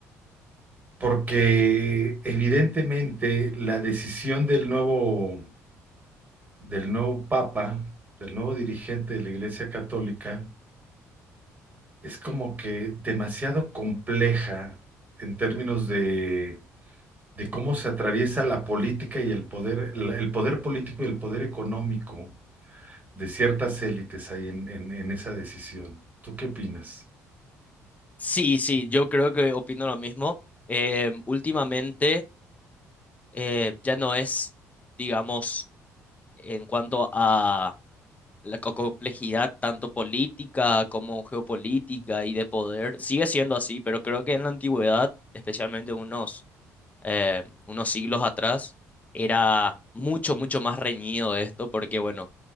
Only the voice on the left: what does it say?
Sí, sí, yo creo que opino lo mismo. Em, últimamente eh, ya no es, digamos, en cuanto a la co- complejidad tanto política como geopolítica y de poder sigue siendo así, pero creo que en la antigüedad, especialmente unos, eh, unos siglos atrás, era mucho, mucho más reñido esto, porque bueno,